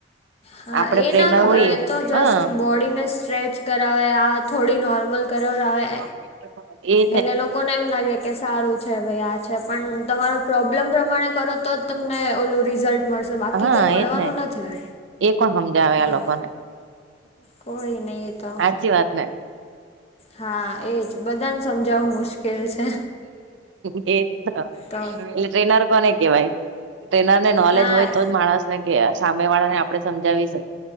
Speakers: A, on the left; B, on the right.
A: હા,
B: આપડે
A: એ
B: પ્રેરનર
A: ના ખબર
B: હોઈએ
A: હોય. એ તો જસ્ટ
B: હા
A: બોડીને સ્ટ્રેચ કરાવે આ થોડી નોર્મલ કરે આવે.
B: <unintelligible> એ
A: એટલે લોકોને એમ લાગે કે, સારું છે ભાઈ, આ છે. પણ તમારો પ્રોબ્લેમ પ્રમાણે કરો તો જ તમને ઓલું રિઝલ્ટ મળશે, બાકી
B: હા
A: કંઈ મળવાનું
B: એજ ને
A: નથી
B: એ કોણ સમજાવે
A: હા.
B: આ લોકોને
A: કોઈ નહીં, એ તો
B: સાચી વાત ને
A: હા, એજ બધાને સમજાવું મુશ્કેલ. છે
B: એ <unintelligible> એ
A: તો
B: ટ્રેનર કોણ કેવાઈ? ટ્રેનર ને નોલેજ
A: હા
B: હોય તો જ માણસ ને કે સામે વાળા ને આપડે સમજાવી.